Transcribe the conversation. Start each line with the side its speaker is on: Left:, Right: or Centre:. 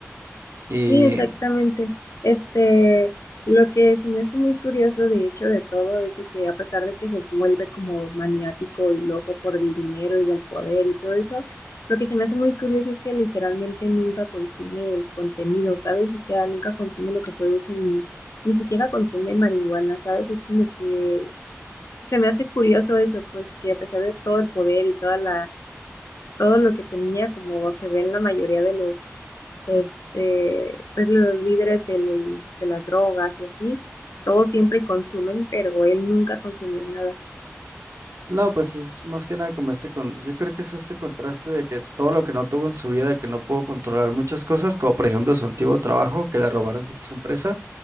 Right: y
Left: Sí, exactamente. Este, lo que se me hace muy curioso, de hecho, de todo es de que a pesar de que se vuelve como maniático y loco por el dinero y del poder y todo eso, lo que se me hace muy curioso es que literalmente nunca consume el contenido, ¿sabes? O sea, nunca consume lo que producen, ni, ni siquiera consume marihuana, ¿sabes? Es como que se me hace curioso eso, pues que a pesar de todo el poder y toda la pues, todo lo que tenía, como se ve en la mayoría de los, este, pues los líderes del- de las drogas y así, todos siempre consumen, pero él nunca consumió nada.
Right: no, pues es más que nada como este con, yo creo que es este contraste de que todo lo que no tuvo en su vida, de que no pudo controlar muchas cosas, como por ejemplo su antiguo trabajo, que le robaron su empresa